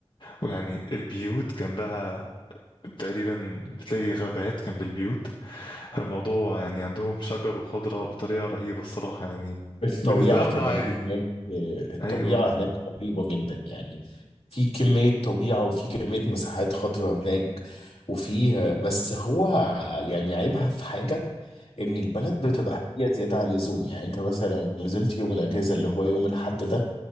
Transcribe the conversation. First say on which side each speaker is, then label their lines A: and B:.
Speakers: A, on the left; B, on the left.
A: ويعني البيوت جنبها تقريبا بتلاقي غابات جنب البيوت الموضوع يعني عندهم شجر وخضرة بطريقة رهيبة الصراحة يعني
B: الطبيعة
A: بالنسبة لهم
B: كمان
A: ده عادي
B: هناك آه، الطبيعة
A: أيوة
B: هناك رهيبة جدا يعني في كمية طبيعة وفي كمية مساحات خضراء هناك وفي آه، بس هو يعني عيبها في حاجة إن البلد بتبقى هي زيادة عن اللزوم يعني أنت مثلا نزلت يوم الأجازة اللي هو يوم الحد ده